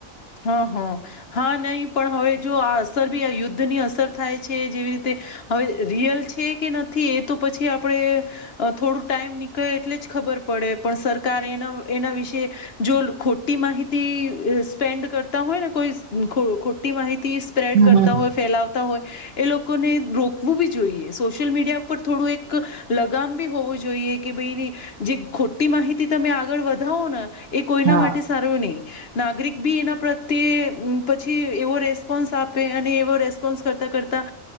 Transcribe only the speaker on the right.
હમ
હમ
હા